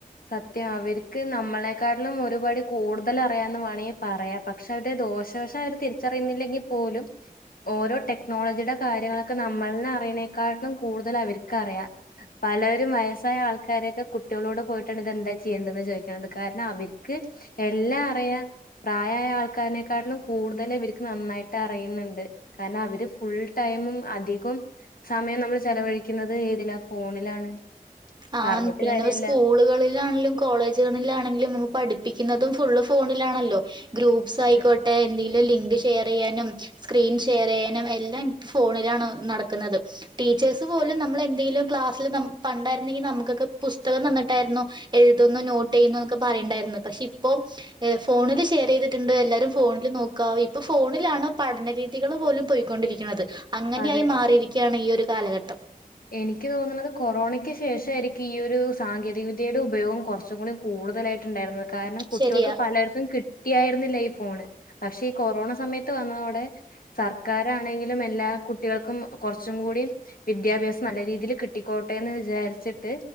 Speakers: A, on the left (about 70°); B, on the right (about 30°).
A: സത്യാ അവർക്ക് നമ്മളെക്കാട്ടിലും ഒരുപടി കൂടുതൽ അറിയാന്ന് വാണങ്കിപറയാം പക്ഷെ അതിന്റെ ദോഷവശം അവര് തിരിച്ചറിയുന്നില്ലെങ്കിൽ പോലും ഓരോ ടെക്നോളജിയുടെ കാര്യങ്ങളൊക്കെ നമ്മളെ അറിയണേക്കാട്ടിലും കൂടുതൽ അവർക്ക്റിയാം പലരും വയസ്സായ ആൾക്കാരൊക്കെ കുട്ടികളോട് പോയിട്ട ഇതന്താ ചെയ്യണ്ടന്ന് ചോദിക്കണത് കാരണം അവർക്ക് എല്ലാ അറിയാം പ്രായായ ആൾക്കാരനെക്കാട്ടിലും കൂടുതൽ ഇവർക്ക് നന്നായിട്ട് അറിയുന്നുണ്ട് കാരണം അവര് ഫുൾ ടൈമും അധികം സമയം നമ്മൾ ചെലവഴിക്കുന്നത് ഏതിലാ ഫോണിലാണ്
B: ആ
A: പറഞ്ഞിട്ട്
B: പിന്നെ
A: കാര്യല്ല
B: സ്കൂളുകളിലാണെങ്കിലും കോളേജിലാണെങ്കിലും പഠിപ്പിക്കുന്നതും ഫുള്ള് ഫോണിലാണല്ലോ ഗ്രൂപ്പ്സ് ആയിക്കോട്ടെ
A: അത്
B: എന്തെ ലിങ്ക് ഷെയർ ചെയ്യാനും സ്ക്രീൻ ഷെയർ ചെയ്യാനും എല്ലാം ഫോണിലാണ് നടക്കുന്നത് ടീച്ചേഴസ് പോലും നമ്മള എന്തെങ്കിലും ക്ലാസില് ന പണ്ടേ <unintelligible> നമുക്കൊക്കെ പുസ്തകം വന്നിട്ടായിരുന്നുോ എഴുതുന്നോ നോട്ട് ചെയ്യുന്നന്നൊക്കെ പറയുണ്ടായിരുന്നു പക്ഷെ ഇപ്പൊ ഫോണില് ഷെയറിതിട്ടുണ്ട് എല്ലാരും ഫോണിൽ നോക്കാം ഇപ്പൊ ഫോണിലാണ് പഠനരീതികൾ പോലും പോയിക്കൊണ്ടിരിക്കുന്നത് ക്ക്ണത് അങ്ങനെയ
A: അത്
B: ആയി മാറിയിരിക്കുകയാണ് ഈ ഒരു കാലഘട്ടം
A: എനിക്ക് തോന്നുന്നത് കൊറോണയ്ക്ക് ശേഷം ആരിക്കും ഈ ഒരു സാങ്കേതിക വിദ്യയുടെ ഉപയോഗം കൊറച്ചു കൂടി കൂടുതലായിട്ട് ഉണ്ടായിരുന്നത് കാരണം കുട്ട്യാൾക്ക്
B: ശരിയാ
A: പലർക്കു കി കിട്ടി ആയിരുന്നില്ലാ ഈ ഫോണ് പക്ഷേ ഈ കൊറോണ സമയത്ത് വന്നതോട സർക്കാരാണെങ്കിലും എല്ലാ കുട്ടികൾക്കും കുറച്ചും കൂടി വിദ്യാഭ്യാസ നല്ല രീതിയിൽ കിട്ടിക്കോട്ടെന്ന് വിചാരിച്ചിട്ട്